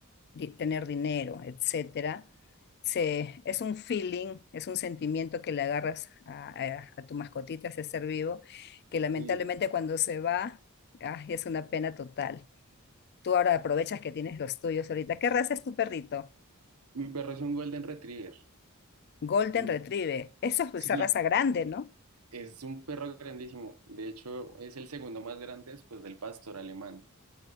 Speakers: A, on the left; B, on the right.
A: di- tener dinero, etcétera, se, es un feeling, es un sentimiento que le agarras a, a- a tu mascotita, a ese ser vivo, que lamentablemente
B: Sí.
A: cuando se va, ay, es una pena total. Tú ahora aprovechas que tienes los tuyos ahorita. ¿Qué raza es tu perrito?
B: Mi perro es un Golden Retriever.
A: Golden
B: En-
A: Retriever. Eso es pues,
B: Sí,
A: esa raza grande, ¿no?
B: Es un perro grandísimo. De hecho, es el segundo más grande después del pastor alemán.